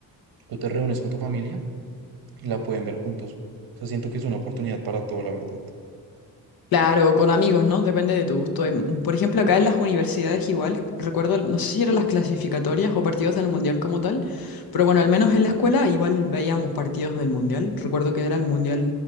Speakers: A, on the right (about 65°); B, on the left (about 65°).
A: tú te reúnes con tu familia y la pueden ver juntos. O sea, siento que es una oportunidad para todo, la verdad.
B: Claro, con amigos, ¿no? Depende de tu gusto. Em, mm, Por ejemplo, acá en las universidades igual, recuerdo, no sé si eran las clasificatorias o partidos del Mundial como tal, pero bueno, al menos en la escuela igual veíamos partidos del Mundial. Recuerdo que era el Mundial,